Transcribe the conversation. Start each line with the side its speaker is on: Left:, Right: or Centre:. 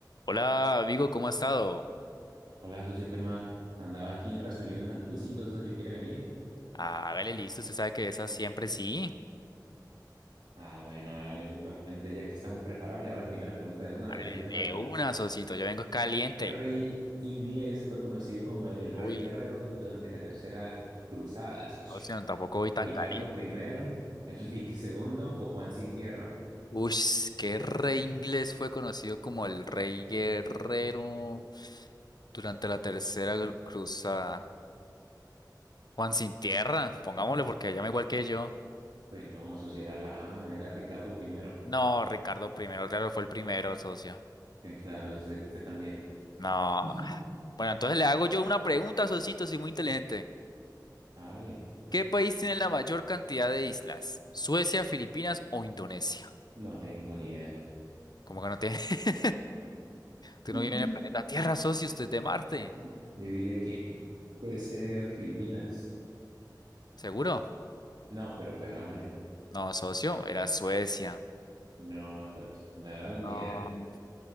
Left: Hola, amigo, ¿cómo ha estado?
Right: Hola, socio, ¿qué más? Andaba aquí resolviendo unos quisitos, socio, ¿quiere venir?
Left: Hágale listo, usted sabe que esa siempre sí.
Right: Ah, bueno, dale, simplemente ya que estamos preparados, le hago la primera pregunta de una
Left: Hágale
Right: vez, así rápido,
Left: de una,
Right: socio.
Left: socito, yo vengo caliente.
Right: ¿Qué rey inglés fue conocido como el, el rey
Left: Uy,
Right: guerrero du- durante la Tercera Cruzada, socio?
Left: no, sino tampoco voy
Right: ¿Ricardo
Left: tan caliente.
Right: primero, <laughs> Enrique segundo o Juan sin tierra?
Left: Uy, qué rey inglés fue conocido como el rey guerrero durante la tercera gru- cruzada. Juan sin tierra, pongámosle porque llama igual que yo.
Right: Pues no, socio, era la A, era Ricardo primero.
Left: No, Ricardo primero, claro, fue el primero, socio.
Right: Eh, claro, usted, usted también.
Left: No.
Right: <laughs>
Left: Bueno, entonces le hago yo una pregunta, socito, soy muy inteligente.
Right: Ah, vale,
Left: ¿Qué país tiene la mayor cantidad de islas? ¿Suecia, Filipinas o Indonesia?
Right: no tengo ni idea.
Left: ¿Cómo que no tiene? <laughs> Tú
Right: <laughs>
Left: no vives en el planeta Tierra, socio, usted es de Marte.
Right: Yo diría que puede ser Filipinas.
Left: ¿Seguro?
Right: No, pero pues hagámosle.
Left: No, socio, era Suecia.
Right: No, otra vez. No da ni
Left: No.
Right: idea.